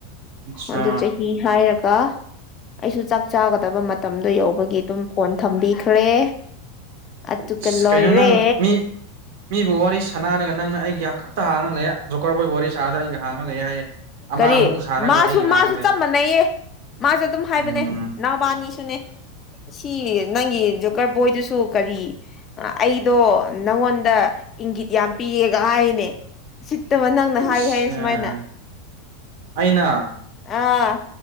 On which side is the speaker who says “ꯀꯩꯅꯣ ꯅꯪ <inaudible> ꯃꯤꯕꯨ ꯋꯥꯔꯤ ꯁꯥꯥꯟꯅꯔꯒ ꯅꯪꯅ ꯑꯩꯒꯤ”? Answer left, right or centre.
Right